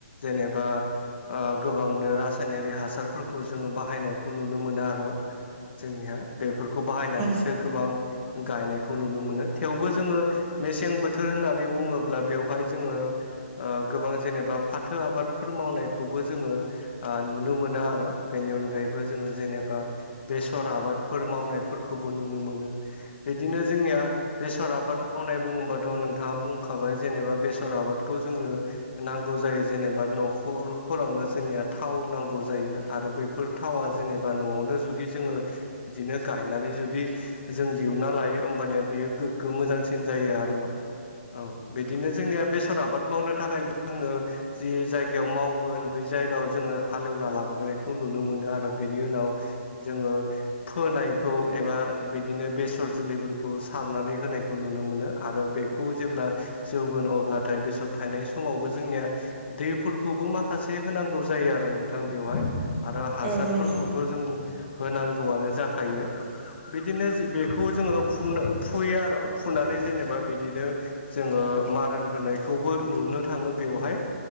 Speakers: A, on the left; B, on the right.
A: जेनेबा ओ गोबांनो रासायनारि हासारफोरखौ जोङो बाहायनायखौ नुनो मोनो आरो जोंनिहा बेफोर खौ बाहायनानैसो
B: औ
A: गोबां गायनायखौ नुनो मोनो थेवबो जोङो मेसें बो थोर होननानै बुङोब्ला बेवहाय जोङो ओ गोबां जेनेबा फाथो आबादफोर मावनायखौबो जोङो ओ नुनो मोनो आरो बेनि अनगायैबो जोङो जेनेबा बेसर आबादफोर मावनाय फोरखौबो नुनो मोनो। बिदिनो जोंनिया बेसर आबाद मावनाय बुङोबाथ' नोंथाङा बुंखाबाय जेनेबा बेसर आबादखौ जोंनो नांगौ जायो जेनेबा न'खरफोरावनो जोंनिया थाव नांगौ जायो आरो बैफोर थावा जेनेबा न'आवनो जुदि जोङो बिदिनो गायनानै जुदि जों दिहुनना लायो होमबानिया बेयो गोग्गो मोजांसिन जायो आर'। औ बिदिनो जोंनिया बेसर आबाद मावनो थाखायबो जोंनो जि जायगायाव मावगोन बै जायगायाव जोङो हालेवना लाग्रोनायखौ नुनो मोनो आरो बेनि उनाव जोङो फोनाय खौ एबा बिदिनो बेसर जोलैफोरखौ सारनानै होनायखौ नुनो मोनो आरो बेखौ जेब्ला जौगोन अब्लाथाय बेसर थानाय समावबो जोंनिया दैफोरखौबो माखासे होनांगौ जायो आरो नोंथां बेवहाय। आरो हासारफोरखौथ'
B: औ नंगौ
A: जों होनांगौआनो जाखायो। बिदिनो बेखौ जोङो फुनो फुयो आरो फुनानै जेनेबा बिदिनो जोङो मारोन होनायखौबो नुनो थाङो बेवहाय।